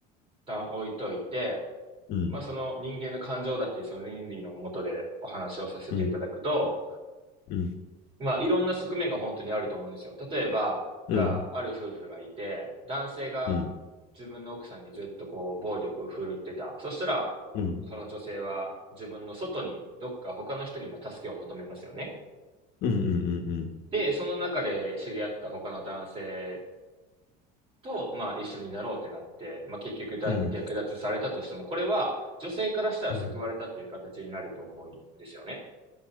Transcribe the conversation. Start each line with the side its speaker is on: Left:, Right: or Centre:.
Right: 旦置いといて、
Left: うん。
Right: まあ、その人間の感情だっていうその倫理のもとでお話をさせていただくと、
Left: うん。うん。
Right: まあ、いろんな側面が本当にあると思うんですよ。例えば、
Left: うん。
Right: じゃあ、ある夫婦がいて、男性が
Left: うん。
Right: 自分の奥さんにずっとこう、暴力を振るってた。そしたら、
Left: うん。
Right: その女性は自分の外に、どっか他の人にも助けを求めますよね。
Left: うん。うん。うん。
Right: で、その中で知り合った他の男性と、まあ、一緒になろうってなって、まあ、結局だ略奪されたとしても、
Left: うん。
Right: これは女性からしたら救われたっていう形になると思うんですよね。
Left: うん